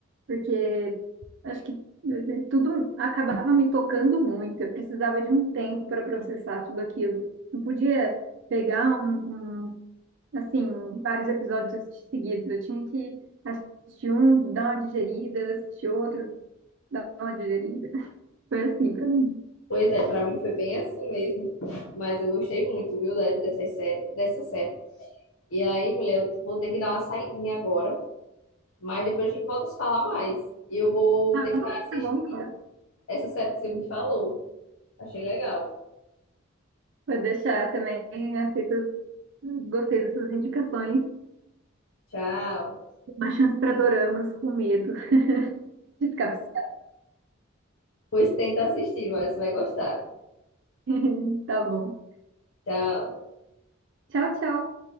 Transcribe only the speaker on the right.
porque acho que eh, tudo acabava me tocando muito. Eu precisava de um tempo para processar tudo aquilo. Não podia pegar um, um, assim, vários episódios e assistir seguidos. Eu tinha que assistir um, dar uma digerida, assistir outro, dar uma digerida. Foi assim pra mim.
Ah,
bom,
tá bom, cara.
Vou deixar também, aceito, gostei das suas indicações.
Uma chance pra doramas com medo <laughs> de ficar viciada.
<laughs> Tá bom.
Tchau, tchau.